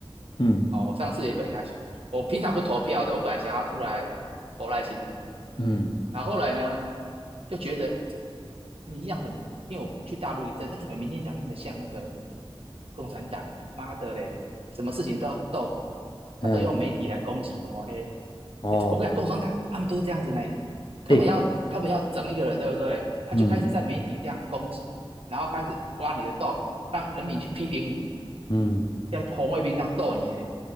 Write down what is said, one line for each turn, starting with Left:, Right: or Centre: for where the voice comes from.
Left: 嗯
Right: 哦，我上次也本来想，我平常不投票的，我本来想要出来投赖清德，
Left: 嗯
Right: 然后后来呢，就觉得民进党怎么，因为我去大陆一阵，啊、怎么民进党那么像那个共产党啊？妈的嘞，什么事情都要斗，
Left: 嗯
Right: 他都用媒体来攻击抹黑。
Left: 哦，
Right: 欸我跟你讲，共产党他们都是这样子呢，他们要他们要整一个人，
Left: 诶，
Right: 对不对？他就开始在媒体这样攻击，
Left: 嗯
Right: 然后开始挖你的洞，让人民去批评你，
Left: 嗯，
Right: 像红卫兵这样斗你呢，